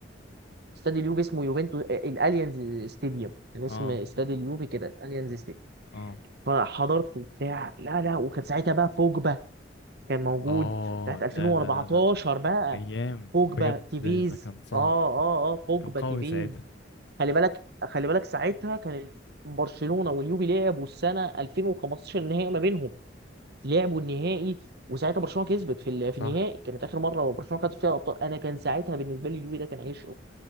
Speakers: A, on the right (about 60°); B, on the left (about 75°).
A: استاد اليوفي اسمه يوفنتوس آه، الاليانز ستاديوم كان اسم
B: اه
A: استاد اليوفي كده الاليانز ستاديوم
B: اه
A: فحضرت وبتاع لا لا وكان ساعتها بقى بوجبا كان موجود
B: اه
A: ساعه 2014
B: لا لا لا لا
A: بقى
B: ايام
A: بوجبا
B: بجد
A: تيفيز
B: ده ده كان صعب
A: اه اه اه بوجبا
B: كان قوي
A: تيفيز
B: ساعتها
A: خلي بالك خلي بالك ساعتها كانت برشلونه واليوفي لعبوا السنه 2015 النهائي ما بينهم لعبوا النهائي وساعتها برشلونه كسبت في ال-
B: صح
A: في النهائي كانت اخر مره برشلونه خدت فيها الابطال انا كان ساعتها بالنسبه لي اليوفي ده كان عيش